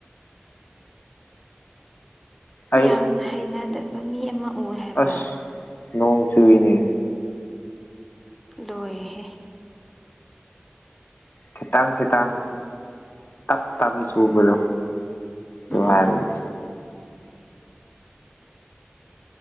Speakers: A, on the left; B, in the centre.
A: ꯑꯩ
B: ꯌꯥꯝꯅ ꯍꯩꯅꯗꯕ ꯃꯤ ꯑꯃ ꯎꯑꯦ ꯍꯥꯏꯕ
A: ꯑꯁ ꯅꯣꯡ ꯆꯨꯏꯅꯦ
B: ꯂꯣꯏꯔꯦꯍꯦ
A: ꯈꯤꯇꯪ ꯈꯤꯇꯪ ꯇꯞ ꯇꯞꯅ ꯆꯨꯕꯗꯣ ꯗꯨ
B: ꯎꯝ
A: ꯍꯥꯢꯕꯅꯤ